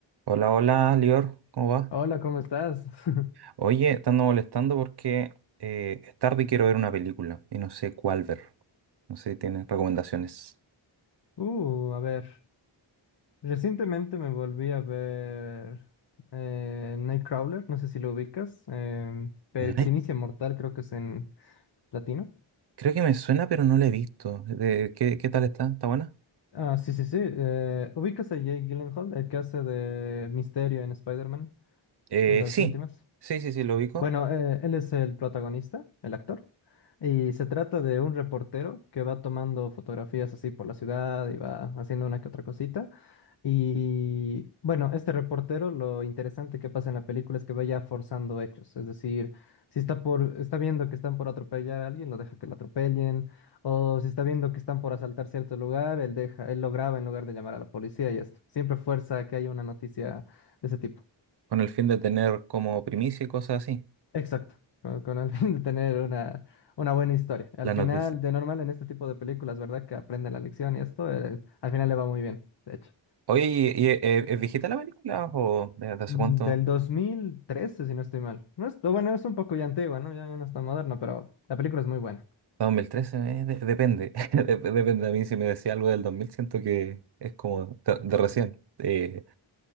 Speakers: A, on the right; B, on the left.
A: Hola, hola, Lior, ¿cómo va?
B: Hola, ¿cómo estás? <laughs>
A: Oye, te ando molestando porque eh, es tarde y quiero ver una película y no sé cuál ver. No sé si tienes recomendaciones.
B: Uh, a ver. Recientemente me volví a ver eh, Nightcrawler, no sé si lo ubicas. em, Pe-
A: Night-
B: Primicia Mortal, creo que es en latino.
A: Creo que me suena, pero no la he visto. De- ¿qué, qué tal está? ¿Está buena?
B: Ah, sí, sí, sí. eh, ¿ubicas a Jake Gyllenhaal, el que hace de Misterio en Spider-Man,
A: Eh,
B: en las
A: sí,
B: últimas?
A: sí, sí, sí, lo ubico.
B: Bueno, eh, él es el protagonista, el actor, y se trata de un reportero que va tomando fotografías así por la ciudad y va haciendo una que otra cosita. Y bueno, este reportero, lo interesante que pasa en la película es que vaya forzando hechos, es decir, si está por, está viendo que están por atropellar a alguien, lo deja que lo atropellen, o si está viendo que están por asaltar cierto lugar, él deja, él lo graba en lugar de llamar a la policía y esto. Siempre fuerza que haya una noticia de ese tipo.
A: Con el fin de tener como primicia y cosas así.
B: Exacto, co- con, el <laughs> fin de tener una, una buena historia. Al
A: La
B: final,
A: noticia.
B: de normal en este tipo de películas, ¿verdad? Que aprenden la lección y esto, el- al final le va muy bien, de hecho.
A: Oye, ¿y- y, eh, ¿es viejita la película o de de hace
B: Mm,
A: cuánto?
B: Del 2013 si no estoy mal. No es, bueno, es un poco ya antigua, ¿no? Ya, ya no está moderna, pero la película es muy buena.
A: 2013, eh, de- depende. <laughs> Dep- Depende a mí si me decía algo del dos mil siento que es como de, de recién. Eh,